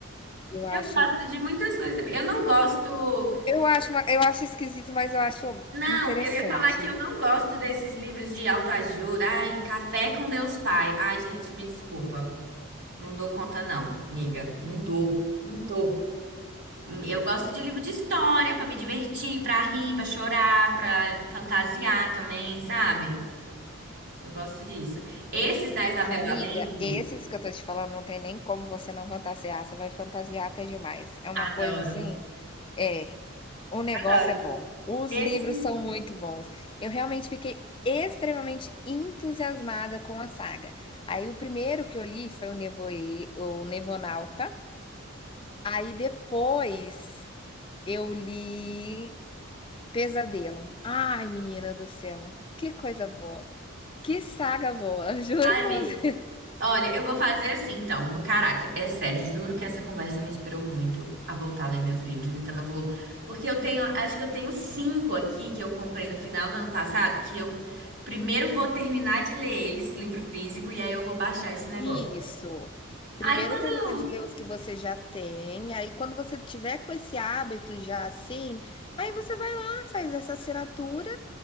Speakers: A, on the left; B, on the right.
A: Eu acho,
B: Eu gosto de muitas coisas também. Eu não gosto.
A: eu acho, eu acho esquisito, mas eu acho
B: Não,
A: interessante.
B: eu ia falar que eu não gosto desses livros de autoajuda. Ai, Café com Deus Pai. Ai, gente, me desculpa. Não dou conta, não, amiga. Não dou, não dou. Eu gosto de livro de história pra me divertir, pra rir, pra chorar, pra fantasiar também, sabe? Eu gosto disso. Esses da Isabel
A: Amiga,
B: Allende,
A: esses que eu tô te falando não tem nem como você não fantasiar, você vai fantasiar até demais. É uma
B: adoro.
A: coisa assim é, o negócio
B: Adoro.
A: é bom, os
B: Esse,
A: livros são muito bons. Eu realmente fiquei extremamente entusiasmada com a saga. Aí o primeiro que eu li foi o Nevoe o Nevonauta, aí depois eu li Pesadelo. Ai, menina do céu, que coisa boa, que saga boa, <laughs> juro
B: ai,
A: pra
B: amiga.
A: você.
B: Olha, eu vou fazer assim, então. Vou- Caraca, é sério, juro que essa conversa me inspirou muito a voltar a ler meus livros. Então eu vou. Porque eu tenho, acho que eu tenho cinco aqui que eu comprei no final do ano passado, que eu primeiro vou terminar de ler eles, livro físico, e aí eu vou baixar esse negócio.
A: Isso. Primeiro
B: Aí quando.
A: termina de ler os que você já tem, aí quando você tiver com esse hábito já assim, aí você vai lá, faz essa assinatura